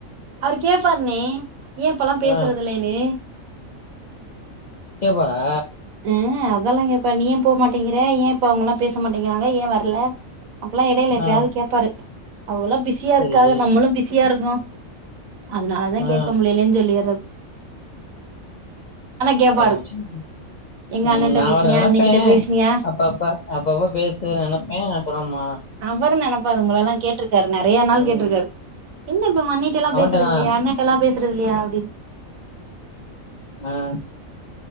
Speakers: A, on the right (about 85°); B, on the left (about 60°).
A: அவர் கேட்பாருண்ணே ஏ இப்பல்லா பேசுறதுல்லைன்னு
B: ஆ கேப்பாரா
A: ஆ அதெல்லா கேப்பாரு நீ ஏ போமாட்டேங்கிற ஏ இப்ப அவங்கெல்லா பேச மாட்டேங்கிறாங்க ஏ வர்ல அப்பெல்லா எடைல எப்பையாவது
B: ஆ
A: கேட்பாரு அவங்களா பிஸியா
B: சரி
A: இருக்காக நம்மளு பிஸியா இருககோ அதனாலதா
B: ஆ
A: கேக்க முலைலேன்னு சொல்லியட்றது கேப்பாரு
B: ஓ.... சேரி
A: எங்க
B: உம்
A: அண்ணன்ட்ட
B: நா
A: பேசினியா
B: அவர நினைப்பே
A: அண்ணிக்கிட்ட பேசினியா
B: அப்ப அப்ப அப்பப்ப பேச நினைப்பே அ அப்புறம்மா
A: அவரும் நினைப்பாரு உங்களைல்லா கேட்டிருக்காரு நிறைய நாள்
B: ம்
A: கேட்டிருக்காரு என்ன இப்ப உங்கண்ணிட்ட எல்லா
B: அவன்ட்டனா
A: பேசுறது இல்லையா அண்ணாட்ட எல்லா பேசுறது இல்லையா அப்படி
B: ஆஹ்